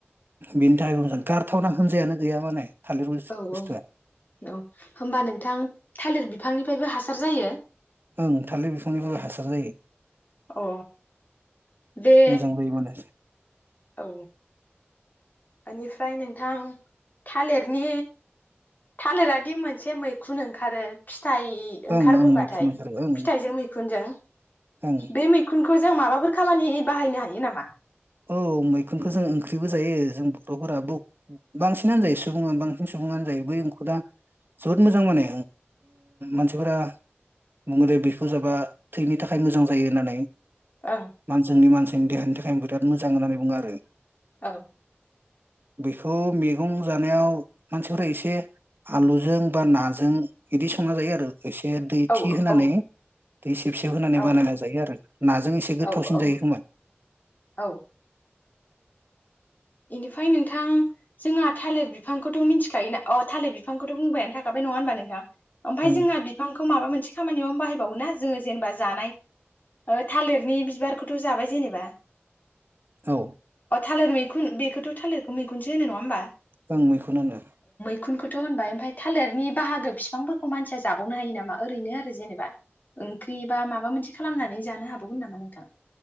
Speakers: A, on the right; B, on the left.
A: बिनि थाखायबो मजां गारथावना होनजायानो गैया माने थालिर बुस्थुआ
B: औ औ औ होनोमबा नोंथां थालिर बि बिफांनिफ्रायबो हासार जायो
A: ओं थालिर बिफांनिफोय हासार जायो
B: अ दे
A: मोजां जायो माने
B: औ बेनिफ्राय नोंथां थालिरनि थालिरादि मोनसे मैखुन ओंखारो फिथाइ ओंखारबोबाथाय
A: ओं ओं मैखुन ओंखारो ओं
B: फिथाइजों मैखुनजों
A: ओं
B: बे मैखुनखौ जों माबाफोर खामानि थाखाय बाहायनो हायो नामा
A: औ मैखुनखौ जों ओंख्रिबो जायो जों बथ'फोरा बांसिनानो जायो सुबुङा बांसिन सुबुङानो जायो बै म खुना जोबोद मोजां माने मानसिफोरा बुङो दे बेखौ जाबा थैनि थाखाय मोजां जायो होननानै
B: ओं
A: मानसिनि मानसि देहानि थाखाय बिराद मोजां होननानै बुङो आरो
B: औ
A: बेखौ मैगं जानायाव मानसिफोरा एसे आलुजों बा नाजों बिदि संना जायो आरो एसे दै
B: औ
A: थि होनानै
B: औ
A: दै सेब सेब होनानै
B: औ
A: बानायना जायो आरो नाजों एसे गोथावसिन
B: औ औ
A: जायो होनोमबा
B: औ बेनिफ्राय नोंथां जोंहा थालिर बिफां बिफांखौथ' मिथिखायो ना अह थालिर बिफांखौथ' बुंबायानो थाखाबाय नङा होनबा नोंथां ओमफ्राय
A: ओं
B: जोंहा बिफांखौ माबा मोन- मोनसे खामानियावनो बाहायबावा जोङो जेनेबा जानाय थालिरनि बिबारखौथ' जाबाय जेनेबा
A: औ
B: अ थालिर मैखुन खुन बेखौथ' थालिरखौ मैखुनसो होनो नङा होनोमबा
A: आं मैखुन होनो
B: मैखुनखौथ' होनबाय ओमफफ्राय थालिरनि बाहागो बिफांफोरखौ मानसिया जाबावनो हायो नामा ओरैनो आरो जेनेबा ओंख्रि बा माबा मोनसे खालामनानै जानो हाबावगोन नामा नोंथां